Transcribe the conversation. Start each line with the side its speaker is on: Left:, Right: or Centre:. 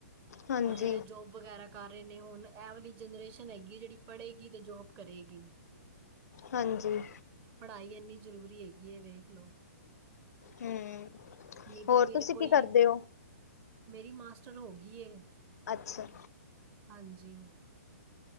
Left: ਹਾਂਜੀ
Right: ਹੁਨ ਜੇੜੇ ਜੋਬ ਵਗੈਰਾ ਕਰ ਰੇ ਨੇ ਹੁਨ ਐ ਵਾਲੀ ਜਨਰੇਸ਼ਨ ਹੈਗੀ ਐ ਜੇੜੀ ਪੜੇਗੀ ਤੇ ਜੋਬ ਕਰੇਗੀ।
Left: ਹਾਂਜੀ।
Right: ਪੜਾਈ ਏਨੀ ਜ਼ਰੂਰੀ ਹੈਗੀ ਏ ਵੇਖ ਲੋ।
Left: ਹੂੰ,
Right: ਨਹੀਂ ਤਾਂ
Left: ਹੋਰ
Right: ਫਿਰ
Left: ਤੁਸੀਂ ਕੀ
Right: ਕੋਈ
Left: ਕਰਦੇ ਓ?
Right: ਮੇਰੀ ਮਾਸਟਰ ਹੋਗੀ ਏ।
Left: ਅੱਛਾ।
Right: ਹਾਂਜੀ।